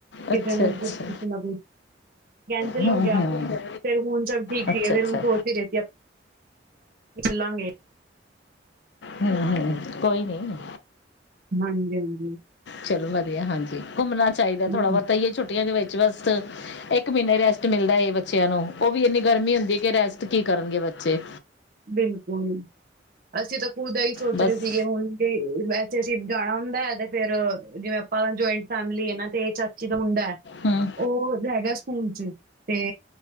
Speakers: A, on the left; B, on the right.
A: ਅੱਛਾ
B: ਕਿਸੇ ਨੂੰ
A: ਅੱਛਾ
B: ਕੁਛ <unintelligible> ਕੈਂਸਲ
A: ਹੂੰ
B: ਹੋ ਗਿਆ।
A: ਹੂੰ
B: ਹੁਣ ਸਭ ਠੀਕ
A: ਅੱਛਾ
B: ਹੈ ਫੇਰ
A: ਅੱਛਾ
B: ਹੁਣ ਸੋਚ ਹੀ ਰਹੇ ਸੀ ਆਪਾਂ ਚੱਲਾਂਗੇ।
A: ਹੂੰ ਹੂੰ। ਕੋਈ ਨਹੀਂ
B: ਹਾਂਜੀ, ਹਾਂਜੀ ਹੂੰ
A: ਚਲੋ ਵਧੀਆ ਹਾਂਜੀ। ਘੁੰਮਣਾ ਚਾਹੀਦਾ
B: ਹਮ,
A: ਥੋੜ੍ਹਾ ਬਹੁਤ ਇਹੀਓ ਛੁੱਟੀਆਂ ਦੇ ਵਿੱਚ ਬਸ ਇੱਕ ਮਹੀਨਾ ਹੀ ਰੈਸਟ ਮਿਲਦਾ ਹੈ, ਬੱਚਿਆਂ ਨੂੰ ਉਹ ਵੀ ਇੰਨੀ ਗਰਮੀ ਹੁੰਦੀ ਕਿ ਰੈਸਟ ਕੀ ਕਰਨਗੇ ਬੱਚੇ
B: ਬਿਲਕੁਲ ਅਸੀਂ ਤਾਂ ਉਦਾ ਹੀ ਸੋਚ
A: ਬਸ
B: ਰਹੇ ਸੀਗੇ ਹੁਣ ਤੇ ਬਸ ਤੇ ਅਸੀਂ ਜਾਣਾ ਹੁੰਦਾ ਹੈ, ਤੇ ਫੇਰ ਜਿਵੇਂ ਆਪਾਂ ਜੁਆਇੰਟ ਫੈਮਲੀ ਨਾ ਤੇ ਚਾਚੀ ਦਾ ਮੁੰਡਾ ਹੈ
A: ਹੂੰ
B: ਉਹ ਹੈਗਾ ਸਕੂਲ ਚ ਤੇ